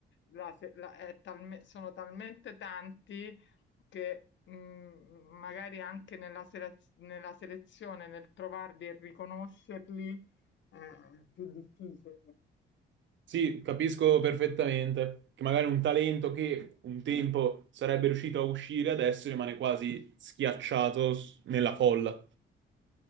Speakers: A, on the left; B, on the right.
A: la- se- la- è talme- sono talmente tanti che mh, magari anche nella, selez- nella selezione, nel trovarli e riconoscerli, eh, è più difficile.
B: Sì, capisco perfettamente che magari un talento che un tempo sarebbe riuscito a uscire adesso rimane quasi schiacciato s- nella folla.